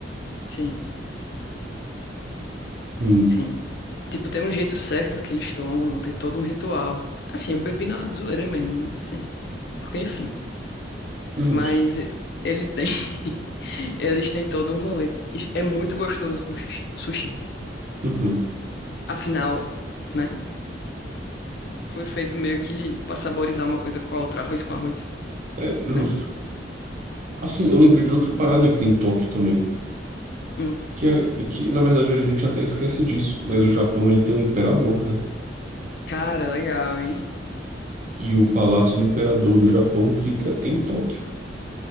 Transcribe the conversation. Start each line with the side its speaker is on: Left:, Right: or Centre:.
Left: sim,
Right: Hum,
Left: sim. Tipo, tem um jeito certo que eles tomam, tem todo um ritual. Assim, eu bebi na zoeira mesmo, né? Assim, porque, enfim.
Right: justo.
Left: Mas ele tem... <laughs> Eles têm todo um rolê. E é muito gostoso com xux- sushi.
Right: Uhum.
Left: Afinal, né? Foi feito meio que pra saborizar uma coisa com a outra, arroz com arroz,
Right: É, justo.
Left: né?
Right: Assim, eu lembrei de outra parada que tem em Tóquio também.
Left: Hum.
Right: Que, é, que, na verdade, a gente até esquece disso, mas o Japão ele tem um imperador, né?
Left: Cara, legal, hein?
Right: e o Palácio do Imperador do Japão fica em Tóquio.